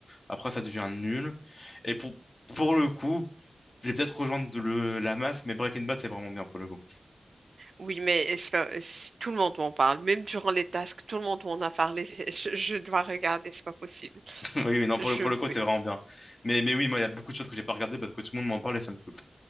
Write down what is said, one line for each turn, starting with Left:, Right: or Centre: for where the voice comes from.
Left: Après, ça devient nul. Et pour, pour le coup, j'ai peut-être rejoindre le, la masse, mais Breaking Bad, c'est vraiment bien pour le coup.
Right: Oui, mais c'est pas- c'est- tout le monde m'en parle. Même durant les tasks, tout le monde m'en a parlé. <laughs> Je, je dois regarder, c'est pas possible.
Left: <laughs> Oui, oui, non, pour
Right: Je
Left: le, pour
Right: vais-
Left: le coup, c'est vraiment bien. Mais, mais oui, moi, il y a beaucoup de choses que j'ai pas regardées parce que tout le monde m'en parle et ça me saoule.